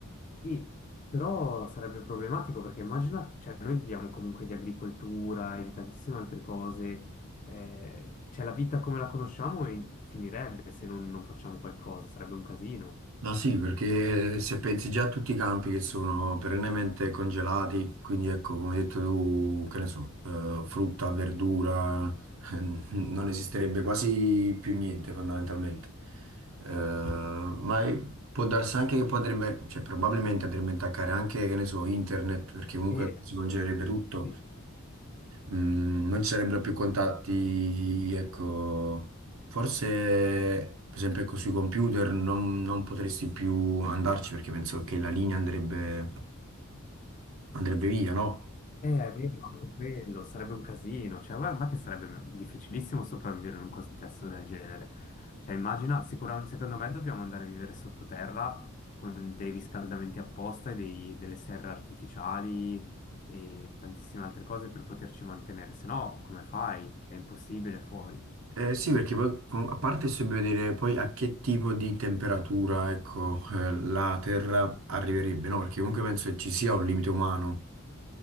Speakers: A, on the left; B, on the right.
A: Sì, però sarebbe problematico perché immagina, cioè noi viviamo comunque di agricoltura e di tantissime altre cose, eh, cioè la vita come la conosciamo in- finirebbe se non, non facciamo qualcosa, sarebbe un casino.
B: Ma sì, perché
A: Eh,
B: se pensi già a tutti i campi che sono perennemente congelati, quindi ecco, come hai detto tu, che ne so, eh, frutta, verdura, <laughs> non esisterebbe quasi più niente fondamentalmente. Eh, ma è- può darsi anche che poi andrebbe, cioè probabilmente andrebbe a intaccare anche, che ne so, internet, perché comunque
A: E,
B: si congelerebbe tutto
A: sì.
B: Mm, non ci sarebbero più contatti, ecco, forse per esempio ecco, sui computer non, non potresti più andarci perché penso che la linea andrebbe, andrebbe via, no?
A: Eh, è vero, anche quello sarebbe un casino, cioè guarda che sarebbe difficilissimo sopravvivere in un contesto del genere. Cioè immagina, sicuramente secondo me dobbiamo andare a vivere sottoterra con dei riscaldamenti apposta e dei- delle serre artificiali e tantissime altre cose per poterci mantenere, se no come fai? È impossibile fuori.
B: Eh, sì, perché poi com- a parte se vedere poi a che tipo di temperatura, ecco, eh, la Terra arriverebbe, no? Perché comunque penso che ci sia un limite umano.